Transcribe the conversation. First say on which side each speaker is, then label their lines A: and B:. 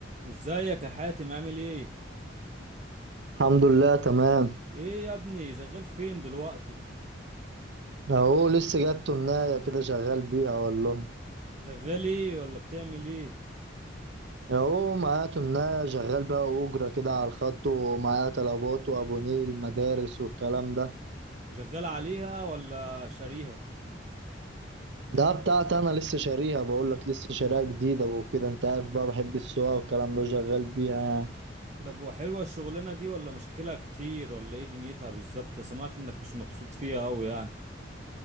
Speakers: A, on the right (about 35°); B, on the right (about 65°).
A: ازيك يا حاتم عامل ايه
B: الحمد لله تمام
A: ايه يا ابني شغال فين دلوقتي
B: اهو لسه جايب تناية كده شغال بيها والله
A: شغال ايه ولا بتعمل ايه
B: اهو معايا تناية شغال بيها أجرة كده على الخط ومعايا طلبات وأبونيه مدارس والكلام ده
A: شغال عليها ولا شاريها
B: ده بتاعتي أنا لسه شاريها بقولك لسه شاريها جديدة وكده أنت عارف بقى بحب السواقة والكلام ده شغال بيها يعني
A: طب وحلوة الشغلانة دي ولا مشاكلها كتير ولا ايه دنيتها بالظبط سمعت انك مش مبسوط فيها اوي يعني